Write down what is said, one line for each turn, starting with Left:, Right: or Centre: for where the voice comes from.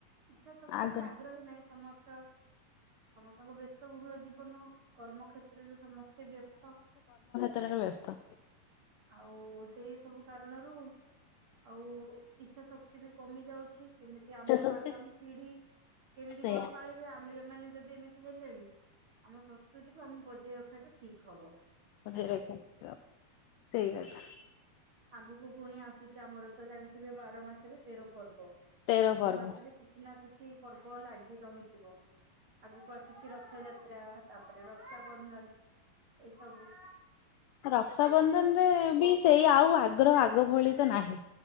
Right: ଇଚ୍ଛା ଶକ୍ତି
Left: ଆଗ
Right: କି ଆଗ୍ରହୀ ନାହିଁ ସମ ସ୍ତ ସମସ୍ତଙ୍କ ବ୍ୟସ୍ତବହୁଳ ଜୀବନ କର୍ମକ୍ଷେତ୍ରରେ ସମ ସ୍ତେ ବ୍ୟସ୍ତ।
Left: ତାର ହେ ବ୍ୟସ୍ତ।
Right: ଆଉ ସେଇ ସବୁ କାରଣରୁ ଆଉ ଇଚ୍ଛା ଶକ୍ତି ବି କମି ଯାଉଛି। କେମିତି ଆମର
Left: ଇଚ୍ଛା ଶକ୍ତି
Right: ଆଗାମୀ ପିଢି କେମିତି
Left: ସେଇଆ
Right: କଣ ପାଳି ବେ ଆମେ ଏମାନେ ଯଦି ଏମିତି ହେଲେଣି ଆମ ସଂସ୍କୃତିକୁ ଆମେ ବଜାଇ ରଖିବାଟା ଠିକ୍ ହବ।
Left: ବଜାଇ
Right: ଆଗକୁ
Left: ରଖିବା ସେଇ କଥା।
Right: ଆଗକୁ ପୁଣି ଆସୁଛି ଆମର ତ ଜାଣିଥିବେ ବାର ମାସରେ ତେର ପର୍ବ। ସବୁ
Left: ତେର ପର୍ବ
Right: ମାସରେ କିଛି ନା କିଛି ପର୍ବ ଲାଗି ରହିଥିବ। ଆଗକୁ ଆସୁଚି ରଥଯାତ୍ରା ତାପରେ ରକ୍ଷାବନ୍ଧନ ଏଇ ସବୁ।
Left: ରକ୍ଷାବନ୍ଧନ ରେ ବି ସେଇ ଆଉ ଆଗ୍ରହ ଆଗ ଭଳି ତ ନାହିଁ।